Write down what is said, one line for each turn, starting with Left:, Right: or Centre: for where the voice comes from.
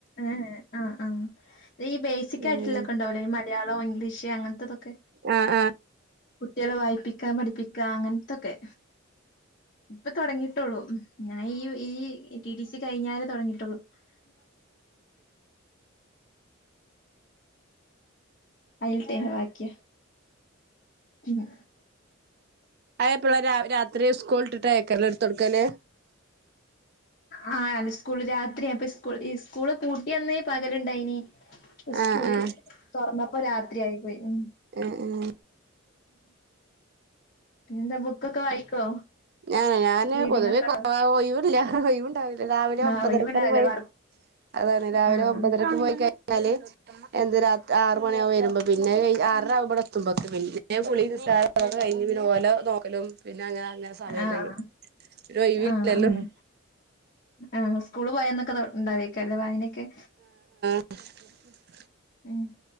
Left: ആ ആ ആ് ഈ ബേസിക്
Right: ഉം
Left: ആയിട്ടുള്ളൊതോക്കെ ണ്ടവുലെ ഈ മലയാളോം ഇംഗ്ലീഷ് അങ്ങ അങ്ങനെത്തതോക്കെ
Right: ആഹ് ആഹ്
Left: കുട്ടിയെളെ വായിപ്പിക്കാ പഠിപ്പിക്ക അങ്ങനത്തൊക്കെ ഇപ്പ തോടങ്ങിയിട്ടൊള്ളു ഞാൻ ഇ ഈ ടിടി സി കഴിഞ്ഞാലെ തോടങ്ങിട്ടൊ ള്ളു ഉ അയിൽത്തേന വാക്യാ പിന്നെ,
Right: ആ എപ്പള രാത്രി സ്കൂള് ഇട്ടിട്ടേയ് ക്കാരല്ലേയ് ഇട്ത്ത് കൊടുക്കല്
Left: ആഹ അല്ല സ്കൂള് രാത്രിയാ അപ്പൊ സ്കൂ സ്കൂള് പൂട്ടിയ അന്നേയ് പകല് ണ്ടായിനി സ്കൂള്
Right: ആഹ് ആഹ്
Left: തോറന്നപ്പോ രാത്രി ആയി പോയി ഉ
Right: ഏഹ് ഏഹ്
Left: പിന്ന എന്താ ബുക്കൊക്കെ വായിക്കോ
Right: ഞ ഞാന്
Left: റീഡിംഗ്
Right: പൊതുവേ
Left: ഒക്കെ ഉണ്ടോ
Right: ഒയ്വില്ല ഒയ്‌വ് ണ്ടാ രാവിലെ
Left: ആഹ്
Right: ഒമ്പതരക്കാണ്
Left: ഒഴിവുണ്ടാവില്ല
Right: പോയി
Left: വർ
Right: അതാണ് രാവിലെ
Left: ആഹ്
Right: ഒമ്പതരക്ക് പോയി എന്നല് എന്ത് രാത്രി ആറ് മണിയാവക വരുമ്പോ പിന്നെ ആറരാകുമ്പടെ മ്പൊക്കെ പിന്നെ കുളി നിസ്ക്കാരംതൊക്കെ കഴിഞ് പിന്നെ ഓല നോക്കലും പിന്നെ അങ്ങനെ അങ്ങനെ സമയം
Left: ആഹ
Right: കഴിയും പിന്നെ ഒഴിവില്ലല്ലോ
Left: ആഹ് ആഹ ആ സ്കൂള് പോയന്നൊക്കെ ഉണ്ടാവേക്കല്ലോ വായനക്കെ
Right: <inaudible>
Left: ഉം